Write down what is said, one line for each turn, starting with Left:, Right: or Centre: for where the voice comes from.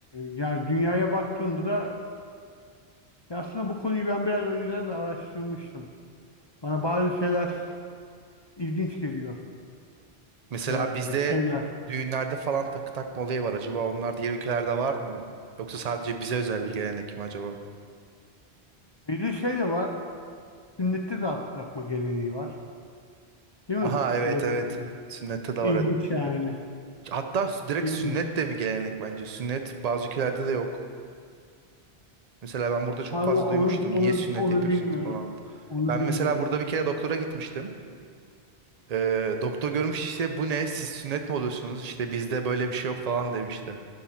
Left: yani dünyaya baktığında da ya aslında bu konuyu ben biraz önceden de araştırmıştım. Bana bazı şeyler ilginç geliyor.
Right: Mesela
Left: Ee,
Right: bizde
Left: şeyler.
Right: düğünlerde falan takı takma olayı var. Acaba onlar diğer ülkelerde vardı mı? Yoksa sadece bize özel bir gelenek mi acaba?
Left: Bir de şey de var. Sünnette de altın takma geleneği var. Değil
Right: Aha
Left: mi?
Right: evet
Left: Biraz
Right: evet.
Left: i-
Right: Sünnette de
Left: ilginç
Right: var. evet.
Left: yani.
Right: Hatta sü- direkt
Left: İlginç.
Right: sünnet de bir gelenek bence. Sünnet bazı ülkelerde de yok. Mesela ben burada çok
Left: Vallahi
Right: fazla
Left: onu,
Right: duymuştum.
Left: onu,
Right: Niye sünnet
Left: onu
Right: yapıyorsunuz
Left: bilmiyorum.
Right: falan.
Left: Onu
Right: Ben
Left: bilmiyorum.
Right: mesela burada bir kere doktora gitmiştim. Ee, doktor görmüş işte bu ne siz sünnet mi oluyorsunuz işte bizde böyle bir şey yok falan demişti.